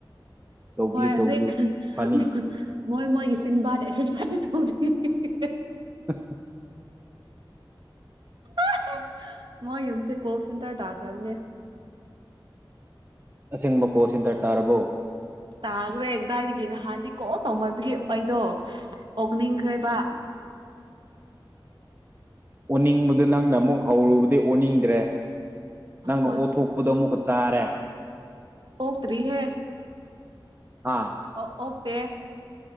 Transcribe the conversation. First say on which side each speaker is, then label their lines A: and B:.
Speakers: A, on the right; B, on the right.
A: ꯇꯧꯕꯤꯌꯨ
B: ꯍꯣꯏ ꯍꯧꯖꯤꯛ
A: ꯇꯧꯕꯤꯌꯨ
B: ꯍꯥ
A: ꯐꯅꯤ
B: ꯍꯥ ꯃꯣꯏ ꯃꯣꯏꯒꯤ ꯁꯤꯟꯕꯥ ꯍꯥꯏ ꯇꯧꯔꯤ ꯍꯤ ꯍꯤ <inaudible>
A: ꯑ <inaudible> <inaudible>
B: ꯑꯍꯥ ꯃꯣꯏ ꯌꯨꯝꯁꯦ ꯀꯣꯜ ꯁꯦꯟꯇꯔ ꯇꯥꯈ꯭ꯔꯝꯅꯦ
A: ꯑꯁꯦꯡꯕ ꯀꯣꯜ ꯁꯦꯟꯇꯔ ꯇꯥꯔꯕꯣ
B: ꯇꯒꯔꯦ ꯀꯗꯥꯏꯗꯤ ꯅꯍꯥꯟꯗꯤ ꯀꯣꯜ ꯇꯧꯃꯟꯕꯒꯤ ꯑꯩꯗꯣ ꯑꯣꯛꯅꯤꯡꯈ꯭ꯔꯦꯕ
A: ꯑꯣꯅꯤꯡꯕꯗꯣ ꯅꯪꯅ ꯑꯃꯨꯛ ꯍꯧꯔꯨꯕꯗꯩ ꯑꯣꯅꯤꯡꯗ꯭ꯔꯦ ꯅꯪꯅ
B: ꯋꯥꯟ
A: ꯑꯣꯠꯊꯣꯛꯄꯗꯣ ꯑꯃꯨꯛꯀ ꯆꯥꯔꯦ
B: ꯑꯣꯛꯇ꯭ꯔꯤ ꯍꯦ
A: ꯑꯥ
B: ꯑꯣ ꯑꯣꯛꯇꯦ